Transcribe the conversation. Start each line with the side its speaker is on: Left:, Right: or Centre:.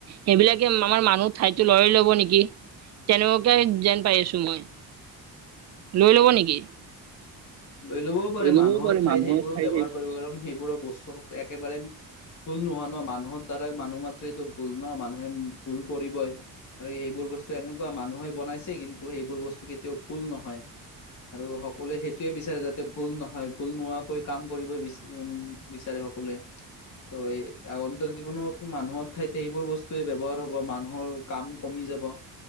Right: সেইবিলাকে আমাৰ মানুহ ঠাইতো লই লব নেকি তেনেকুৱাই যেন পাই আছো মই- লৈ লব নেকি?
Left: অ। লৈ ল'বও পাৰে
Right: লৈ ল'বও
Left: মানুহৰ
Right: পাৰে
Left: ঠাইত সেইবোৰো ব্যৱহাৰ
Right: এইবোৰ
Left: কৰিব কাৰণ সেইবোৰৰ বস্তু একেবাৰে- ভুল নোহোৱা ন মানুহৰ দ্বাৰাই মানুহ মাত্ৰ এইটো ভুল ন মানুহে ভুল কৰিবই আৰু এইবোৰ- বস্তু এনেকুৱা মানুহে বনাইছে কিন্তু সেইবোৰ বস্তু কেতিয়াও ফুল নহয়। আৰু সকলোৱে সেইটোৱে বিচাৰে যাতে ভুল নহয় ভুল নোহোৱাকৈ কাম কৰিব বিচ উ- বিচাৰে সকলোৱে- ত এই আগন্তক জীৱনত মানুহৰ ঠাইতে এইবোৰ বস্তুুৱে ব্যৱহাৰ হব মানুহৰ কাম কমি যাব-